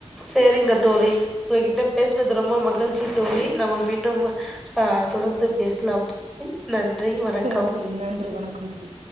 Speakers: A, in the centre; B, on the right.
A: சேரிங்க தோழி உங்ககிட்ட பேஸ்னது ரொம்ப மகிழ்ச்சி தோழி நம்ம மீண்டும் அ, ஆஹ் தொடர்ந்து பேசலாம் <inaudible> வணக்கம்
B: சரி தோழி நன்றி வணக்கம் தோழி